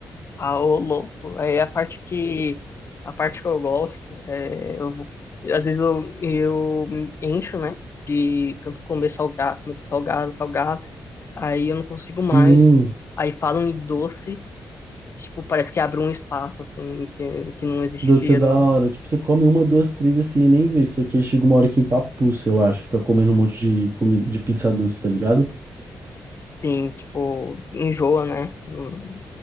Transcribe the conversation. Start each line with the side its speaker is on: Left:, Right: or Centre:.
Left: Ah, ô louco. Aí a parte que a parte que eu gosto, é, eu vou- às vezes eu, eu me encho, né, de tanto comer salgado, comer salgado, salgado, aí eu não consigo
Right: Sim,
Left: mais. Aí falam em doce, tipo, parece que abre um espaço assim que, que não existia,
Right: doce é da
Left: na,
Right: hora. Tipo, você come uma, duas, três assim e nem vê. Só que aí chega uma hora que empapuça, eu acho. Fica comendo um monte de comida de pizza doce, tá ligado?
Left: assim, tipo, enjoa, né, num,